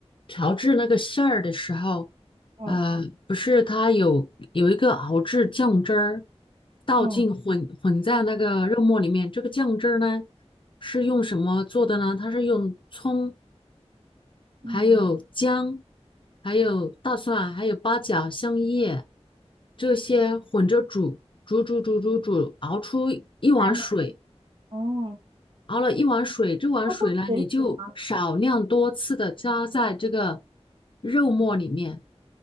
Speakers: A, on the left; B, on the right.
A: 调制那个馅儿的时候，
B: 嗯
A: 呃，不是，它有有一个熬制酱汁儿，倒进混混在那个肉末里面。
B: 嗯
A: 这个酱汁儿呢，是用什么做的呢？它是用葱，
B: 嗯，
A: 还有姜，还有大蒜，还有八角、香叶这些混着煮，煮煮煮煮煮，熬出一碗水。
B: 在那哦，
A: 熬了一碗水，这碗水呢，
B: 要放水煮吗？
A: 你就少量多次的加在这个肉末里面，